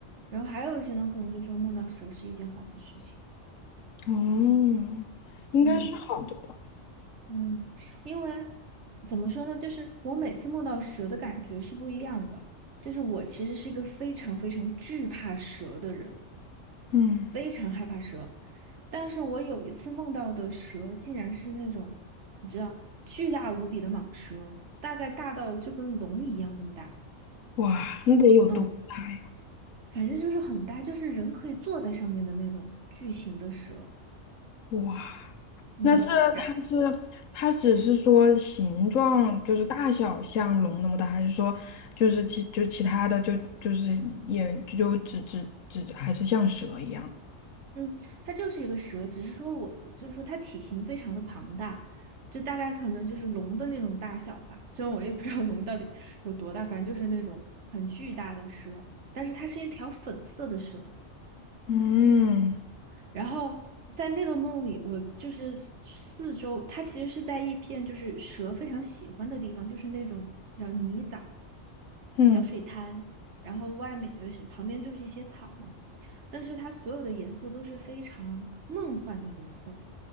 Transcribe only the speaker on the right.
然后还有一些呢，可能就说梦到蛇是一件好的事情。
嗯。嗯，因为怎么说呢，就是我每次梦到蛇的感觉是不一样的。就是我其实是一个非常非常惧怕蛇的人，
非常害怕蛇。但是我有一次梦到的蛇，竟然是那种你知道巨大无比的蟒蛇，大概大到就跟龙一样那么大。
嗯，反正就是很大，就是人可以坐在上面的那种巨型的蛇。
嗯。
然。
嗯，它就是一个蛇，只是说我我就是说它体型非常的庞大，就大概可能就是龙的那种大小吧。虽然我也不知道龙到底有多大，反正就是那种很巨大的蛇，但是它是一条粉色的蛇。
然后在那个梦里，我就是四周，它其实是在一片就是蛇非常喜欢的地方，就是那种叫泥沼、
小水滩，然后外面呃是旁边就是一些草嘛，但是它所有的颜色都是非常梦幻的颜色，